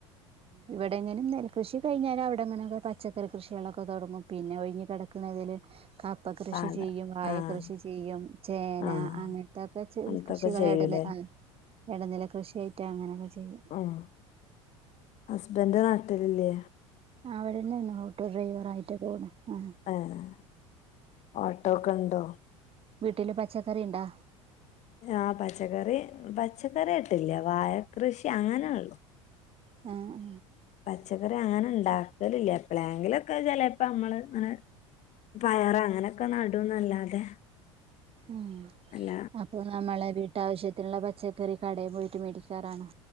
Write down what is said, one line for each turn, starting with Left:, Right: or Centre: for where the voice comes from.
Right: ഇവിടെ എങ്ങനും നെൽ കൃഷി കയിഞാൽ അവിടെങ്ങനെൊക്കെ പച്ചക്കറി കൃഷികളൊക്കെ തുടങ്ങും പിന്നെ ഒഴിഞ്ഞഞ് കിടക്ക <unintelligible> കപ്പ കൃഷി
Left: പാട
Right: ചെയ്യും വായ
Left: ആഹ്
Right: കൃഷി ചെയ്യും ചേന
Left: ആഹ്
Right: അങ്ങനത്തെൊക്കെ
Left: അങ്ങനത്തൊക്കെ
Right: കൃഷികള
Left: ചെയ്യൂലേ
Right: ഇട ആ ഇടനില കൃഷിയിട്ട അങ്ങനെയൊക്കെ ചെയ്യും
Left: ഉം ഹസ്ബൻഡ് നാട്ടില് ല്ലേ
Right: അവിടെന്നാണ് ഓട്ടോ ഡ്രൈവർ ആയിട്ടൊ പോണ് ആ
Left: ഏഹ് ഓട്ടോക്കെ ഉണ്ടോ
Right: വീട്ടില് പച്ചക്കറി ഉണ്ടാ
Left: ആ പച്ചക്കറി പച്ചക്കറിയാട്ടില്ല വാഴ കൃഷി അങ്ങനെള്ളു
Right: ആ ആ
Left: പച്ചക്കറി അങ്ങനെ ഉണ്ടാക്കലില്ല എപ്പഴെങ്കിലുംക്കെ ചിലപ്പോ നമ്മള് അങ്ങനെ പയർ അങ്ങനെയൊക്കെ നടുംന്നല്ലാതെ
Right: ഉം
Left: അല്ല
Right: അപ്പൊ നമ്മളെ വീട്ടാവശ്യത്തിനുള്ള പച്ചക്കറി കടയിൽ പോയിട്ട് മേടിക്കാറാണ്